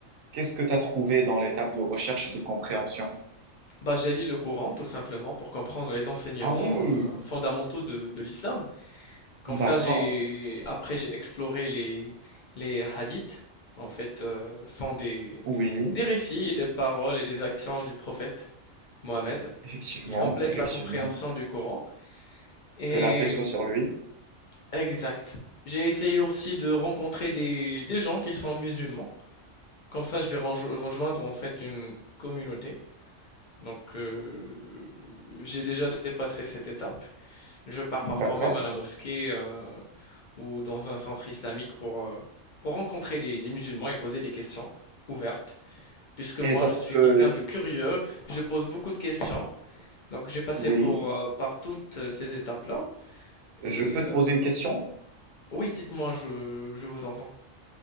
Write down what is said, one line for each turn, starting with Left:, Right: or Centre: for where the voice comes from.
Right: qu'est-ce que tu as trouvé dans l'étape de recherche et de compréhension?
Left: Bah, j'ai lu le Coran tout simplement pour comprendre les enseignements
Right: Ah oui,
Left: euh, fondamentaux de, de l'islam. Comme
Right: d'accord.
Left: ça, j'ai après j'ai exploré les les hadiths. En fait, euh, sont des
Right: Oui,
Left: des récits, et des paroles et des actions du prophète Mohammed.
Right: effectivement,
Left: Ils complètent
Right: effectivement.
Left: la compréhension du Coran. Et
Right: Que la paix soit sur lui.
Left: exact. J'ai essayé aussi de rencontrer des des gens qui sont musulmans. Comme ça, je vais renjo- rejoindre en fait une communauté. Donc, euh, j'ai déjà dépassé cette étape. Je pars
Right: Mhm.
Left: parfois
Right: D'accord.
Left: même à la mosquée. euh, ou dans un centre islamique pour, euh, pour rencontrer des, des musulmans et poser des questions ouvertes. Puisque
Right: Et
Left: moi,
Right: donc,
Left: je suis
Right: euh,
Left: quelqu'un de curieux, je pose beaucoup de questions. Donc, j'ai passé
Right: oui,
Left: pour, euh, par toutes ces étapes-là. Et
Right: je peux
Left: euh,
Right: te poser une question?
Left: oui, dites-moi, je, je vous entends.